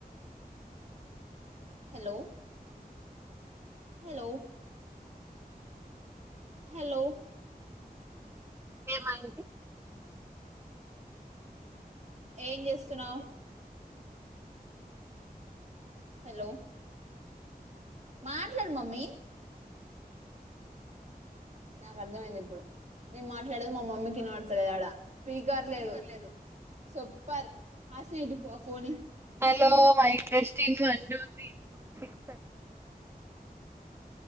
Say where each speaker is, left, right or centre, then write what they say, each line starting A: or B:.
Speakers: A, on the right; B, on the right.
A: hello hello hello
B: ఏమైంది
A: ఏం చేస్తున్నావ్ హలో మాట్లాడు మమ్మీ నాకు అర్థంమైంది ఇప్పుడు నేను మాట్లాడేది మా మమ్మీ కినబడతలేదు ఆడ స్పీకర్ లేదు లేదు సూపర్ ఆస ఏంటి phone
B: hello మైక్స్ంగ్ one two three four six